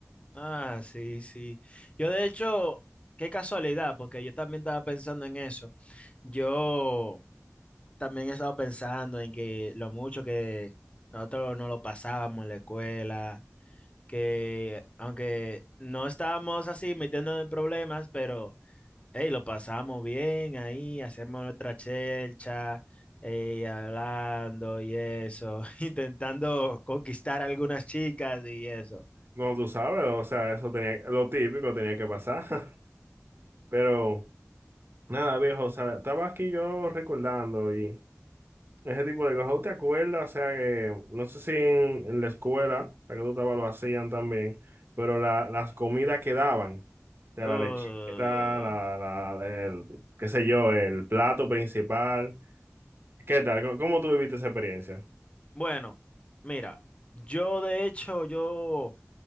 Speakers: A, on the left (about 25°); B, on the right (about 50°).
A: ah, sí, sí. Yo de hecho, qué casualidad, porque yo también estaba pensando en eso. Yo también he estado pensando en que lo mucho que nosotros no lo pasábamos en la escuela, que aunque no estábamos así metiéndonos en problemas, pero hey, lo pasábamos bien ahí, hacemos nuestra chelcha, eh, hablando y eso, <laughs> intentando conquistar a algunas chicas y eso.
B: No, tú sabes, o sea, eso tenía, lo típico tenía que pasar, <laughs> pero nada, viejo, o sea, estaba aquí yo recordando y... Ese tipo de cosas. ¿Tú te acuerdas? O sea, que no sé si en, en la escuela, la que tú estabas, lo hacían también, pero la- las comidas que daban, o sea,
A: Uh,
B: la lechita, la, la, el, qué sé yo, el plato principal. ¿Qué tal? ¿Cómo, cómo tú viviste esa experiencia?
A: bueno, mira, yo de hecho, yo